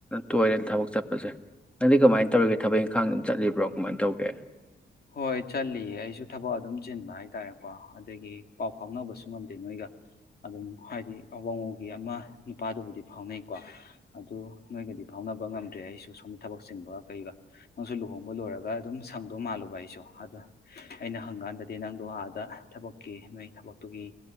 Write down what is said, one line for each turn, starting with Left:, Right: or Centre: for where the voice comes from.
Centre: ꯇꯣꯏꯔꯦꯠ ꯊꯕꯛ ꯆꯠꯄꯁꯦ ꯅꯪꯗꯤ ꯀꯃꯥꯏꯅ ꯇꯧꯔꯤꯒꯦ ꯊꯕꯛ ꯏꯪꯈꯥꯡ ꯑꯗꯨꯝ ꯆꯠꯂꯤꯕ꯭ꯔꯣ ꯀꯃꯥꯏꯅ ꯇꯧꯒꯦ
Left: ꯍꯣꯏ ꯆꯠꯂꯤꯌꯦ ꯑꯩꯁꯨ ꯊꯕꯛ ꯑꯗꯨꯝ ꯆꯤꯟꯕ ꯍꯥꯏꯇꯥꯔꯦꯀꯣ ꯑꯗꯒꯤ ꯄꯥꯎ ꯐꯥꯎꯅꯕꯁꯨ ꯉꯝꯗꯦ ꯅꯣꯏꯒ ꯑꯗꯨꯝ ꯍꯥꯏꯗꯤ ꯑꯕꯡꯉꯨꯒꯤ ꯑꯃ ꯅꯨꯄꯥꯗꯨꯕꯨꯗꯤ ꯐꯥꯎꯅꯩꯀꯣ ꯑꯗꯨ ꯅꯣꯏꯒꯗꯤ ꯐꯥꯎꯅꯕ ꯉꯝꯗ꯭ꯔꯦ ꯑꯩꯁꯨ ꯁꯣꯝꯗ ꯊꯕꯛ ꯆꯤꯟꯕ ꯀꯩꯒ ꯅꯪꯁꯨ ꯂꯨꯍꯣꯡꯕ ꯂꯣꯏꯔꯒ ꯑꯗꯨꯝ ꯁꯪꯗꯧ ꯃꯥꯜꯂꯨꯕ ꯑꯩꯁꯦ ꯑꯩ ꯑꯗ ꯑꯩꯅ ꯍꯪꯀꯥꯟꯗꯗꯤ ꯅꯪꯗꯣ ꯑꯥꯗ ꯊꯕꯛꯀꯤ ꯅꯣꯏ ꯊꯕꯛꯇꯨꯒꯤ